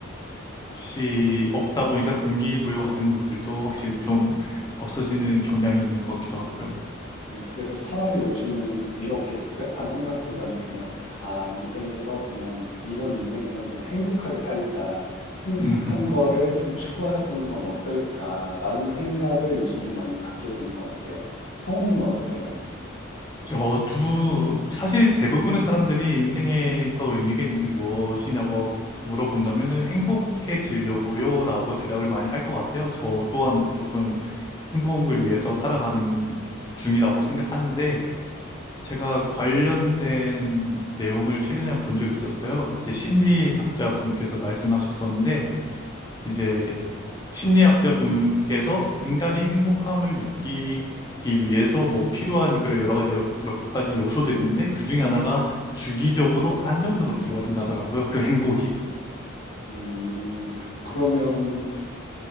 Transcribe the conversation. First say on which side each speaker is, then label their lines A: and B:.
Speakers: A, on the left (about 20°); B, on the left (about 80°).
A: 없이, 없다 보니까 동기부여 같은 것들도 확실히 좀 없어지는 경향이 있는 것 같기도 하고요.
B: 네, 그래서 차라리 요즘은 이렇게 복잡한 생각보다는 그냥, 아, 인생에서 그냥, 이번 인생에서 그냥 행복하게 살자. 행복한
A: <laughs>
B: 거를 좀 추구해 보는 건 어떨까라는 생각을 요즘 좀 많이 갖게 되는 것 같아요. 성우님은 어떠세요?
A: 저도 사실 대부분의 사람들이 인생에서 의미가 있는 게 무엇이냐고 물어본다면은 행복해지려고요라고 대답을 많이 할 것 같아요. 저 또한 무조건 행복을 위해서 살아가는 중이라고 생각하는데 제가 관련된 내용을 최근에 한 본 적이 있었어요. 이제 심리학자 분께서 말씀하셨었는데 이제 심리학자분께서 인간이 행복함을 느끼기 위해서 뭐 필요한 그런 여러 가지 여- 몇 가지 요소들이 있는데 그중에 하나가 주기적으로 안정적으로 들어와야 된다더라고요. 그 행복이.
B: 음, 그러면,